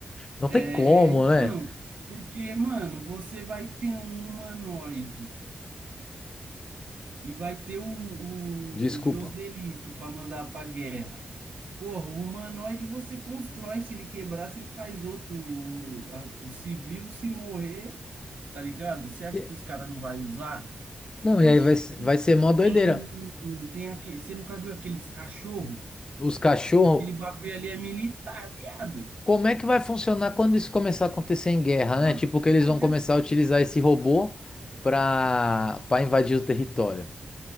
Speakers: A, on the left; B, on the right.
A: Não
B: É,
A: tem como,
B: então.
A: né?
B: Porque, mano, você vai ter um humanoide e vai ter o, o
A: Desculpa.
B: Joselito pra mandar pra guerra. Porra, o humanoide você constrói. Se ele quebrar, você faz outro. O, a- o- se se morrer, tá ligado? Você acha
A: E-
B: que os caras não vai usar?
A: Não,
B: Oxi,
A: e aí vai, se- vai ser mó doideira.
B: tem, um- tem aquele, você nunca viu aqueles cachorro?
A: Os cachorros,
B: Aquele bagulho ali é militar, viado.
A: como é que vai funcionar quando isso começar a acontecer em guerra,
B: Uma
A: né? Tipo, que
B: porra
A: eles vão
B: dessa.
A: começar a utilizar esse robô para para invadir o território.